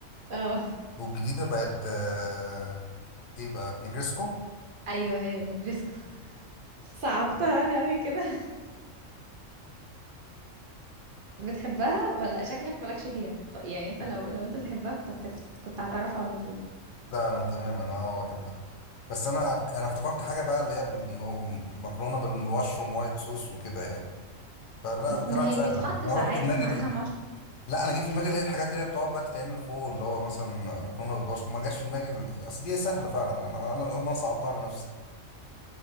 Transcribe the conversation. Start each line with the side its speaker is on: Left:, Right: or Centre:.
Right: اه
Left: والجديدة بقت آه، ايه بقى نجرسكو
Right: ايوه هي النجريسكو صعبتها انا قوي كده <laughs> بتحبها ولا شكلك مالكش فيها ف- يعني انت لو لو انت تحبها كنت هتف... كنت هتعرفها على طول
Left: لا انا تمام انا اه بحبها بس انا انا افتكرت حاجه بقى اللي هي بالم- مكرونه بالمشروم وايت صوص وكده يعني فلا
Right: ما
Left: طلعت
Right: هي
Left: سهله
Right: بيتحط
Left: انا
Right: ساعات
Left: رحت دماغي
Right: معاها
Left: لل... لا انا جه في دماغي اللي هي الحاجات اللي هي بتقعد بقى تتعمل فوق اللي هو مثلا مكرونه بالبشاميل ما جاش في دماغي ال- اصل دي سهله فعلا انا انا انا صعبتها على نفسي